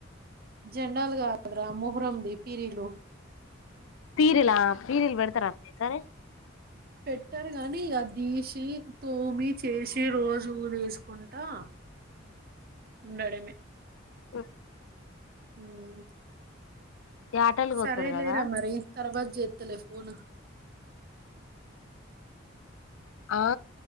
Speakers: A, on the right; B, on the left.
A: జేండాల్ గాదురా మొహరం ది పీరీలు
B: పీరిలా పీరిల్ వెడ్త్ తర సరే
A: పెట్టార్ గాని ఇగ దీసి తోమి చేసి రోజు వేసుకుంటా ఉండడమె
B: ఆ
A: మ్
B: యాటలు కోత్తరు
A: సరేలేరా
B: కదా
A: మరి తర్వాత్జె తలే ఫోన్
B: ఆ